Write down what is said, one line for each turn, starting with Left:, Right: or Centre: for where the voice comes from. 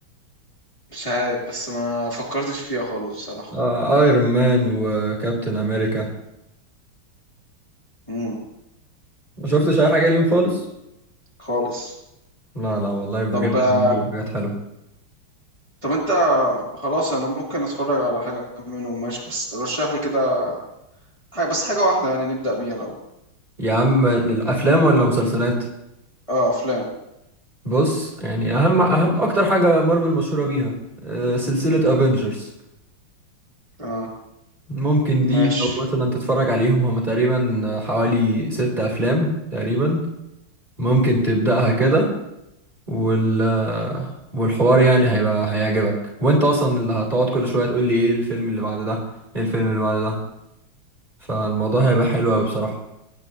Left: مش عارف بس ما فكرتش فيها خالص بصراحة
Right: آه ايرون مان وكابتن امريكا
Left: مم.
Right: ما شفتش اي حاجة ليهم خالص
Left: خالص
Right: لا لا والله بجد
Left: طب
Right: بيعملوا
Left: آه،
Right: حاجات حلوة
Left: طب انت خلاص انا ممكن اتفرج على حاجه منهم ماشي بس رشح لي كده حاجه بس حاجه واحده يعني نبدا بيها لو
Right: يا عم الافلام ولا مسلسلات
Left: اه افلام
Right: بص يعني اهم اهم اكتر حاجة مارفل مشهورة بيها آه، سلسلة افنجرز
Left: اه
Right: ممكن دي
Left: ماشي
Right: لو مثلا تتفرج عليهم هما تقريبا حوالي ست افلام تقريبا ممكن تبدأها كده وال والحوار يعني هيبقى هيعجبك وانت اصلا اللي هتقعد كل شويه تقول لي ايه الفيلم اللي بعد ده ايه الفيلم اللي بعد ده فالموضوع هيبقى حلو قوي بصراحه